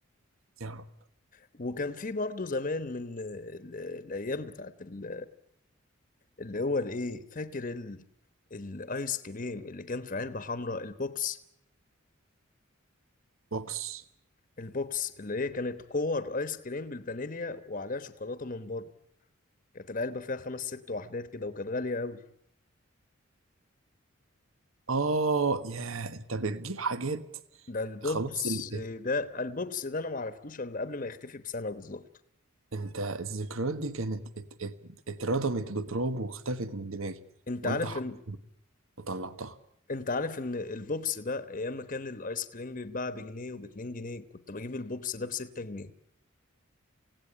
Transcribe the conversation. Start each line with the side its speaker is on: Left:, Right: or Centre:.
Right: يا رب
Left: وكان في برضه زمان من ال- الايام بتاعت ال- اللي هو الايه فاكر ال... الايس كريم اللي كان في علبة حمراء البوبس
Right: بوكس
Left: البوبس اللي هي كانت كور ايس كريم بالفانيليا وعليها شوكولاتة من بره كانت العلبة فيها خمس ست وحدات كده وكانت غالية قوي
Right: اه يا انت بتجيب حاجات
Left: ده البوبس
Right: خلاص ال... ال-
Left: ده البوبس ده انا ما عرفتوش الا قبل ما يختفي بسنة بالظبط
Right: انت الذكريات دي كانت ات... ات... اتردمت بتراب واختفت من دماغي
Left: انت
Right: وانت
Left: عارف
Right: ح-
Left: ان
Right: وطلعتها
Left: انت عارف ان البوبس ده ايام ما كان الايس كريم بيتباع بجنيه وباتنين جنيه كنت بجيب البوبس ده بستة جنيه